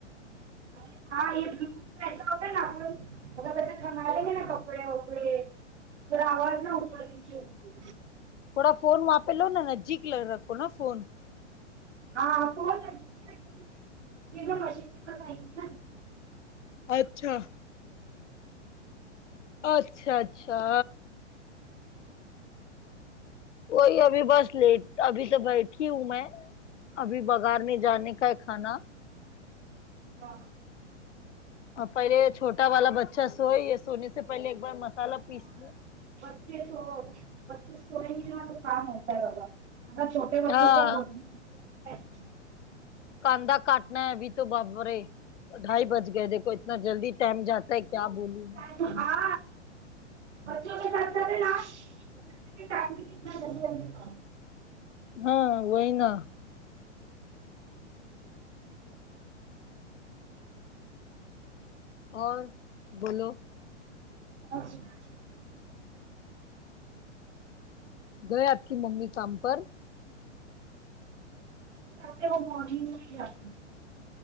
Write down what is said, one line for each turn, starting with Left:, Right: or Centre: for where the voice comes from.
Right: <inaudible> اے ہاں یہ بو ایسا ہوتا ہے نا آ <unintelligible> کسے کھمل گ نا کپڑے وپڑے تو آواز نہا اپرنے ہوتی
Left: تھوڑا فون وہاں پہ لو نا نزدیک ل رکھو نا فون <unintelligible>
Right: ہاں ف کرتی م بس <unintelligible>
Left: اچھا اچھا اچھا وہی ابھی بس لیٹ ابھی تو بیٹھی ہوں میں ابھی بگار نہیں جانے کا ہے کھانا
Right: ہاں
Left: اور پہلے چھوٹا والا بچہ سوئے یہ سونے سے پہلے ایک بار مسالہ پیس لے
Right: پچیس سو پچیس سو میں م نا تو کام ہوتا ہے بابادا چھوٹا ے بچوں
Left: ہاں
Right: کو بنے <unintelligible>
Left: کنددا کٹنا ہے اب تو بابرے ڈھائی بج گئے دیکھو اتنا جلدی ٹائم جاتا ہے کیا بولوں
Right: ٹائم ہاں بچوں کے ساتھ سات ہے نپ <unintelligible> م کنا چ جی <unintelligible>
Left: ہاں وہئی نا
Right: ا <inaudible>
Left: اور بولو
Right: اچھا <inaudible>
Left: گئے آپ کی مممی کام پر <unintelligible>
Right: ہاں وہ مگ میں ہی جاتے <inaudible>